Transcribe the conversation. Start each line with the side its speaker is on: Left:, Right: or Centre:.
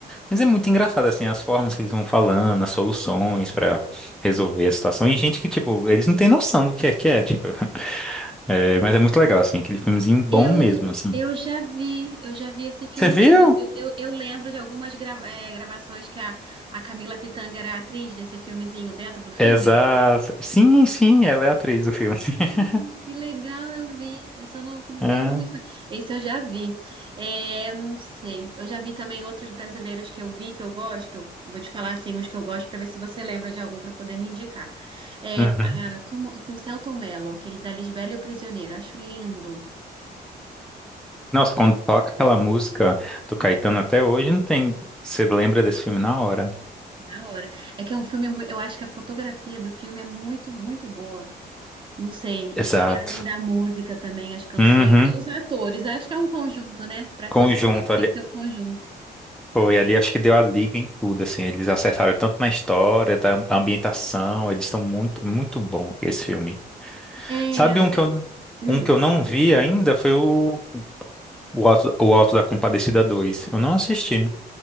Centre: Mas é muito engraçado, assim, as formas que eles vão falando, as soluções pra resolver a situação. E gente que, tipo, eles não têm noção do que é que é, tipo, <laughs> é, mas é muito legal, assim, aquele filmezinho bom
Right: Eu,
Centre: mesmo, assim.
Right: eu já vi, eu já vi esse filme,
Centre: Você viu?
Right: sim. Eu, eu, eu lembro de algumas grava- eh, gravações que a, a Camila Pitanga era a atriz desse filmezinho dentro do filme.
Centre: Exato. Sim, sim, ela é a atriz do filme.
Right: Ai,
Centre: <laughs>
Right: Que legal, eu vi. Eu só não lembro
Centre: Ah,
Right: muito bem. Esse eu já vi. É, não sei. Eu já vi também outros brasileiros que eu vi, que eu gosto. Vou te falar assim, uns que eu gosto, para ver se você lembra de algum para poder me indicar. É,
Centre: uhum.
Right: a- como, com Selton Mello, aquele da Lisbela e o Prisioneiro. Acho lindo.
Centre: Nossa, quando toca aquela música do Caetano até hoje, não tem. Você lembra desse filme na hora?
Right: Na hora. É que é um filme. mui- Eu acho que a fotografia do filme é muito, muito boa. Não sei.
Centre: Exato.
Right: a- Além da música também, as canções.
Centre: Uhum.
Right: E os atores. Acho que é um conjunto, né? Para
Centre: Conjunto
Right: ser sucesso tem
Centre: ali.
Right: que ser um conjunto.
Centre: Foi ali, acho que deu a liga em tudo, assim. Eles acertaram tanto na história, da ambientação. Eles estão muito, muito bom esse filme.
Right: É.
Centre: Sabe um que eu, não-
Right: hum.
Centre: um que eu não vi ainda foi o, o Alto, o Alto da Compadecida dois Eu não assisti.